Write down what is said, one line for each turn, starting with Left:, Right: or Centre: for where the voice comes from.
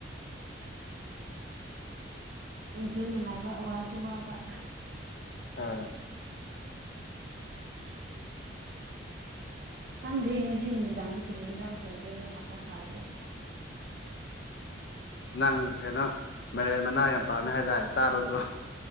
Right: ꯅꯨꯡꯁꯨ ꯅꯨꯡꯉꯥꯏꯕ ꯋꯥꯁꯨ ꯋꯥꯕ
Left: ꯑ
Right: <inaudible> ꯈꯪꯗꯦ ꯉꯁꯤ ꯅꯨꯃꯤꯗꯥꯡꯁꯦ ꯀꯔꯤ ꯌꯦꯟꯖꯥꯡ ꯊꯣꯡꯗꯣꯏꯅꯣ ꯃꯊꯥ ꯁꯥꯔꯤ <inaudible>
Left: ꯅꯪ ꯀꯩꯅꯣ ꯃꯂꯦꯟ ꯃꯅꯥ ꯌꯥꯝ ꯄꯥꯝꯃꯦ ꯍꯥꯏꯇꯥꯔꯦ ꯆꯥꯔꯣꯗꯣ